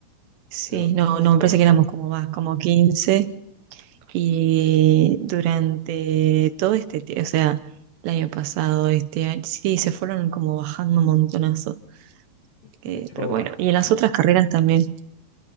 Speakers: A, on the right; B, on the left.
A: sí,
B: se,
A: no,
B: se
A: no, me parece
B: bajaron.
A: que éramos como más, como quince Y durante todo este, tie- o sea, el año pasado, este año, sí, se fueron como bajando un montonazo. Eh,
B: De hecho,
A: pero bueno,
B: bastante
A: y en las otras carreras
B: se bajaron.
A: también.